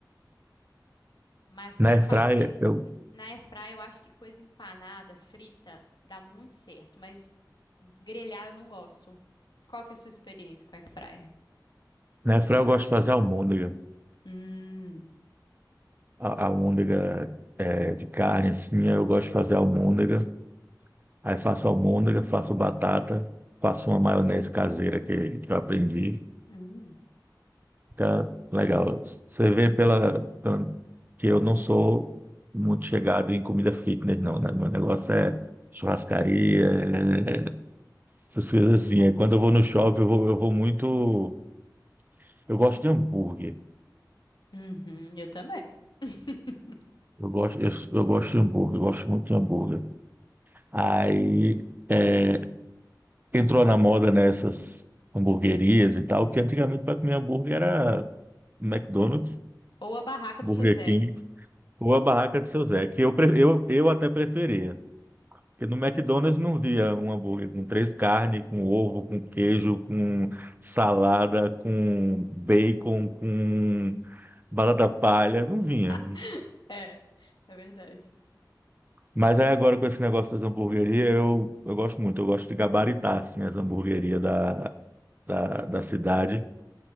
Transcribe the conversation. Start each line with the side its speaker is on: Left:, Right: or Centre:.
Left: mas
Right: na
Left: para
Right: airfryer
Left: fazer
Right: eu
Left: na airfry eu acho que coisa empanada, frita, dá muito certo, mas grelhar eu não gosto. Qual que é a sua experiência com airfryer?
Right: Na airfryer eu gosto de fazer almôndega.
Left: Hum,
Right: A, almôndega é, de carne, assim, eu gosto de fazer almôndega. Aí faço almôndega, faço batata, faço uma maionese caseira que, que eu aprendi.
Left: hum.
Right: Fica legal. Você vê pela, pela- que eu não sou muito chegado em comida fitness, não, né? Meu negócio é churrascaria, é- essas coisas assim. Aí quando eu vou no shopping, eu vou, eu vou muito... Eu gosto de hambúrguer.
Left: Uhum, eu também. <laughs>
Right: Eu gosto, eu, eu gosto de hambúrguer, eu gosto muito de hambúrguer. Aí é, entrou na moda nessas hamburguerias e tal, que antigamente para comer hambúrguer era McDonald's,
Left: Ou a barraca
Right: Burger
Left: do seu Zé.
Right: King ou a barraca de seu Zé, que eu, pre- eu, eu até preferia. Porque no McDonald's não via um hambúrguer com três carnes, com ovo, com queijo, com salada, com bacon, com batata palha, não vinha.
Left: <laughs> É, é verdade.
Right: Mas aí agora com esse negócio das hamburguerias, eu, eu gosto muito, eu gosto de gabaritar assim, as hamburguerias da, da cidade,